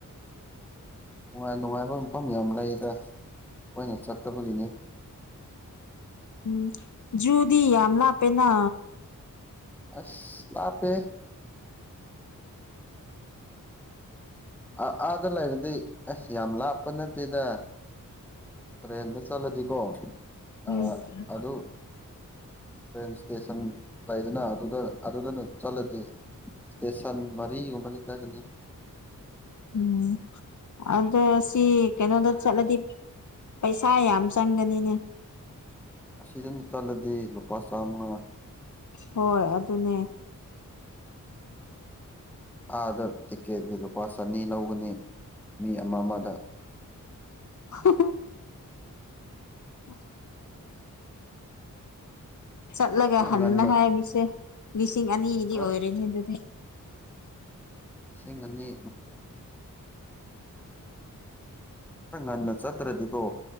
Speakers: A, in the centre; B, on the left.
A: ꯅꯨꯡꯉꯥꯏ ꯅꯨꯡꯉꯥꯏꯕ ꯃꯐꯝ ꯌꯥꯝ ꯂꯩꯗ ꯀꯣꯏꯅ ꯆꯠꯇꯕꯒꯤꯅꯤ
B: ꯎꯝ ꯖꯨꯗꯤ ꯌꯥꯝ ꯂꯄꯦꯅ
A: ꯑꯁ ꯂꯄꯦ ꯑꯦ ꯑꯥꯗ ꯂꯩꯔꯗꯤ ꯑꯁ ꯌꯥꯝ ꯂꯥꯞꯄ ꯅꯠꯇꯦꯗ ꯑꯔꯦꯟ ꯆꯂ ꯊꯀꯣ
B: ꯎꯝ
A: ꯑ ꯑꯗꯨ ꯇ꯭ꯔꯦꯟ ꯏꯁꯇꯦꯁꯟ ꯇꯗꯅ ꯑꯗꯨꯗ ꯑꯗꯨꯗꯅ ꯆꯠꯂꯗꯤ ꯏꯁꯇꯦꯁꯟ ꯃꯔꯤꯒꯨꯝꯕ ꯆ ꯆꯒꯅꯤ
B: ꯎꯝ ꯑꯗꯣ ꯁꯤ ꯀꯩꯅꯣꯗ ꯆꯠꯂꯗꯤ ꯄꯩꯁꯥ ꯌꯥꯝ ꯆꯪꯒꯅꯤꯅꯦ
A: ꯑꯁꯤꯗꯅ ꯆꯜꯂꯗꯤ ꯂꯨꯄꯥ ꯆꯥꯃꯉꯥ
B: ꯍꯣꯏ ꯑꯗꯨꯅꯦ
A: ꯑꯥꯗ ꯇꯤꯛꯀꯦꯠꯀꯤ ꯂꯨꯄꯥ ꯆꯅꯤ ꯂꯧꯒꯅꯤ ꯃꯤ ꯑꯃ ꯑꯃꯗ
B: ꯍ ꯎꯝ ꯆꯠꯂꯒ
A: ꯈꯔ
B: ꯍꯟꯅ
A: ꯉꯟꯅ
B: ꯍꯥꯏꯔꯤꯁꯦ ꯂꯤꯁꯤꯡ ꯑꯅꯤꯗꯤ
A: ꯈꯔ
B: ꯑꯣꯏꯔꯅꯦ ꯑꯗꯨꯗꯤ <inaudible>
A: ꯏꯁꯁꯤꯡ ꯉ ꯏ ꯈꯪ ꯉꯅ ꯆꯠꯇ꯭ꯔꯗꯤꯀꯣ